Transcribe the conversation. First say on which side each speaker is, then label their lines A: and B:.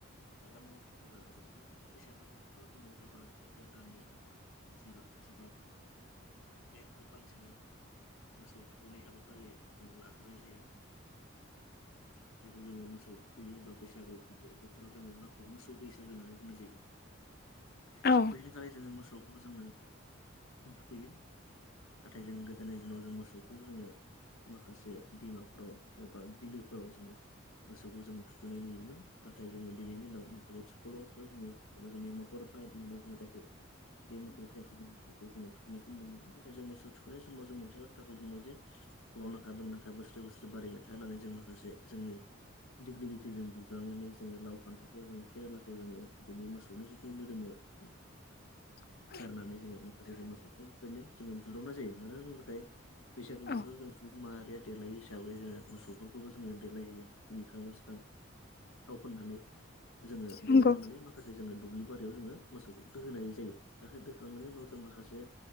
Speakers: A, on the left; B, on the left.
A: जाग्रा महरफोरबो जानाय जायो नंगौ बैसागो बोथोराव जोंङो जेब्ला एप्रिल दाननि जिबा जिबा अक्ट' बे एक्ट'खालि जोङो मोसौ थुखैनाय हाबाफारि जों लाग्रोनाय जायो ।
B: <inaudible>
A: जायखौ जोङो मोसौ थुखैयो होनबा बैसागु बोथोराव जोङो माखौ मोसौ बैसागु होननानै बुंनाय जायो ।
B: औ
A: बैदिनखालि जोङो मोसौखौ जोङो थुखैयो । नाथाय जों गोदोनि दिनाव जों मोसौखौ जोङो माखासे दैमाफोराव एबा बिलोफोराव जोङो मोसौखौ जों थुखैनाय नुयोमोन नाथाय जोङो दिनैनि दिनाव माखासे थिकलाव बा जोङो एबा जोंनि मटर पाइप होननानै बुङो जायखौ बे मथर फाइप जों मोसौखौ जोङो थुखैनायखौ नुनो मोनो नाथाय जों मोसौ थुखैनाय समाव जों मोनसे बाथ्राखौ बुङो जे लावनाखा दंनाखा बोसोरे बोसोरे बारिबाय था होननानै जोंबो माखासे जोंनि दिग्लिलिटिजों बुज्रावनानै जोङो लाव फान्थावखौ जोङो केरेलाखौ जोङो बिनि मोसौनि जिथु मोदोमाव
B: <inaudible>
A: गारनानै जोङो माखासे जों मोसौखौनो जोङो बुज्रावनाय जायो मानो होनोबाथाय बैसागु बोराव
B: औ
A: जों माहारिया देलायो हिसाबै जोङो मोसौफोरखौबो जोङो देलायहैयो दुगैखां लोबस्रां थाव फोननानै जोङो
B: नंगौ
A: देलायहोनानै माखासे जोङो दुब्लि बारियाव जोङो मोसौखौ दोहैनाय जायो दोखांनायनि उनाव जों माखासे